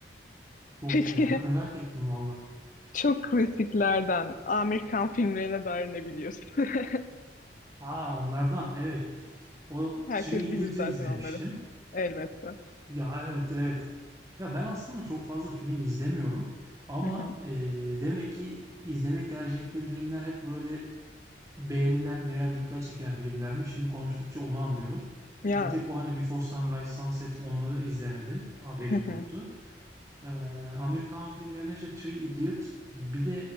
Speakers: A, on the right; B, on the left.
A: çok
B: <laughs> Peki
A: güzel ya merak ettim valla.
B: çok klasiklerden Amerikan filmlerine dair ne biliyorsun? <laughs>
A: Ha onlardan evet o Three
B: Herkes
A: Idiot'u
B: bilir zaten
A: izlemiştim.
B: onları. Elbette.
A: Ya evet evet ya ben aslında çok fazla film izlemiyorum ama
B: Hı hı.
A: e, demek ki izlemeyi tercih ettiğim filmler hep böyle Beğenilen veya dikkat çeken filmler mi? Şimdi konuştukça onu anlıyorum.
B: Ya
A: Bir tek o hani Before Sunrise, Sunset onları izlemedim. Haberim
B: hı hı.
A: yoktu. Ee, Amir Khan filmlerinde işte Three Idiot bir de